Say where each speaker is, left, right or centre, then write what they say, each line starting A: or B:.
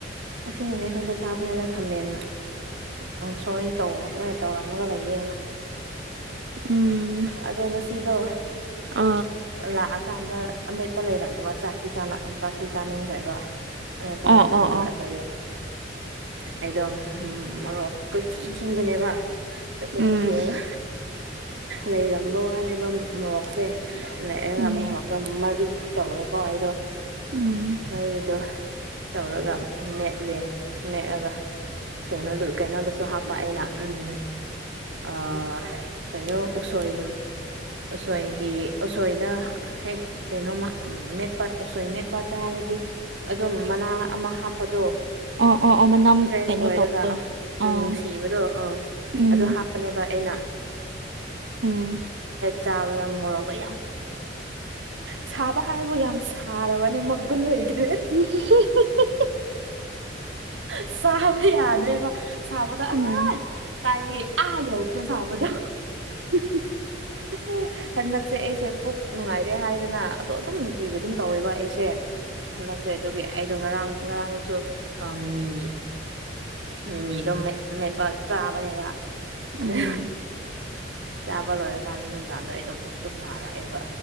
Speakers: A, on the right (about 85°); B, on the right (about 70°).
A: ꯑꯁꯤꯅꯤꯅꯦ ꯍꯣꯏꯗ ꯆꯥꯕꯅꯅ ꯈꯝꯃꯦꯅꯦ ꯀꯥꯡꯁꯣꯏ ꯇꯧ ꯇꯧꯔꯝꯃꯒ ꯂꯩꯌꯦꯦ
B: ꯎꯝ
A: ꯑꯗꯣ ꯉꯁꯤꯗꯣ
B: ꯑ
A: ꯂ ꯀꯥꯟꯗ ꯑꯃꯦꯠꯄ ꯂꯩꯔꯝꯗꯕ ꯆꯥꯛꯇꯤ ꯆꯥꯛꯇꯤ ꯆꯥꯅꯤꯡꯈ꯭ꯔꯦꯕ ꯑꯃꯦꯞꯄ
B: ꯑꯣ
A: ꯂꯔꯝꯗꯕ
B: ꯑꯣ ꯑꯣ
A: ꯑꯗꯨꯒꯤ ꯑꯩꯗꯣ ꯎꯝ ꯃꯣꯔꯣꯛ ꯀꯣꯏꯊꯤ ꯊꯤꯈꯤꯕꯅꯦꯕ ꯆ ꯀꯣꯏꯊꯤ
B: ꯎꯝ
A: ꯊꯤꯔꯒ ꯂꯩꯔꯝꯕ ꯋꯥꯅꯦꯕ ꯃꯣꯔꯣꯛꯁꯦ ꯂꯩꯔꯒ
B: ꯎꯝ
A: ꯃꯣꯔꯣꯛꯇꯣ ꯃꯔꯤ ꯇꯧꯔꯦꯀꯣ ꯑꯩꯗꯣ
B: ꯎꯝ
A: ꯃꯔꯤꯗꯣ ꯇꯧꯔꯒ ꯃꯦꯠꯂꯦ ꯃꯦꯠꯂꯒ ꯀꯩꯅꯣꯗ ꯀꯩꯅꯣꯗꯁꯨ ꯍꯥꯞꯄ ꯑꯩꯅ ꯎꯝ ꯑ ꯀꯩꯅꯣ ꯎꯁꯣꯏ ꯎꯁꯣꯏꯒꯤ ꯎꯁꯣꯏꯗ ꯍꯦꯛ ꯀꯩꯅꯣꯃ ꯃꯦꯠꯄ ꯁꯣꯔꯤ ꯃꯦꯠꯄ ꯆꯥꯔꯗꯤ ꯑꯗꯨꯝ ꯃꯅꯥ ꯑꯃ ꯍꯥꯞꯄꯗꯣ
B: ꯑꯣ ꯑꯣ ꯑꯣ ꯃꯅꯝ
A: ꯐ꯭ꯔꯦꯁ
B: ꯀꯩꯅꯣ
A: ꯑꯣꯏꯔꯒ
B: ꯇꯧ
A: ꯑꯪ
B: ꯑꯣ
A: ꯅꯨꯡꯁꯤꯕꯗꯣ ꯑꯥ
B: ꯎꯝ
A: ꯑꯗꯨꯗ ꯍꯥ ꯅꯦꯅꯥ
B: ꯎꯝ
A: ꯆꯥꯕꯗ ꯃꯣꯔꯣꯛꯗꯣ ꯌꯥꯝ ꯁꯥꯕ ꯍꯥꯏꯕꯨ ꯌꯥꯝ ꯁꯥꯔꯕꯅꯦ ꯃꯒꯨꯟ ꯂꯩꯗ꯭ꯔꯦ
B: ꯎ
A: ꯁꯥꯕ ꯌꯥꯗ꯭ꯔꯦꯕ ꯁꯥꯕꯗ
B: ꯎꯝ
A: ꯑ
B: ꯎꯝ
A: ꯀꯥꯏꯦ ꯑꯥ ꯌꯧ ꯀ ꯁꯥꯕꯗ
B: ꯎ
A: ꯎ ꯍꯟꯗꯛꯁꯦ ꯑꯩꯁꯦ ꯄꯨꯛ ꯅꯨꯡꯉꯥꯏꯔꯦ ꯍꯥꯏꯗꯅ ꯁꯣ ꯑꯗꯨꯝ ꯅꯨꯡꯇꯤꯒꯤ ꯑꯗꯨꯝ ꯇꯧꯋꯦꯕ ꯑꯩꯁꯦ ꯍꯟꯗꯛꯁꯦ ꯑꯗꯨꯒꯤ ꯑꯩꯗꯣ ꯉꯔꯥꯡ ꯉꯔꯥꯡꯁꯨ ꯃꯤꯃꯤ ꯃꯤꯃꯤꯗꯣ ꯑꯃꯦꯠꯄ ꯆꯥꯕꯅꯦꯕ ꯑꯗꯨꯝ
B: ꯎꯝ
A: ꯆꯥꯕ ꯂꯣꯏꯔꯀꯥꯟꯗ ꯅꯨꯡꯗꯥꯡꯗꯣ ꯑꯩꯗꯣ ꯄꯨꯛꯇꯨꯝ ꯅꯥꯔꯛꯑꯦꯕ